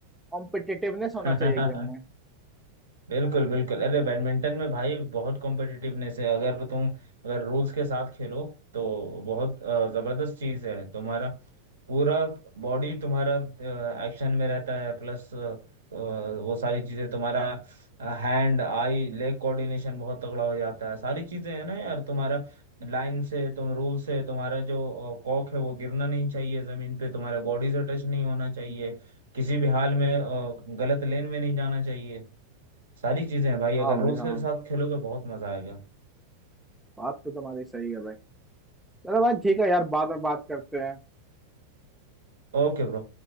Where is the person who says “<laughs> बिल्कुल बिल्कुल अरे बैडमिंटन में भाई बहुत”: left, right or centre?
Right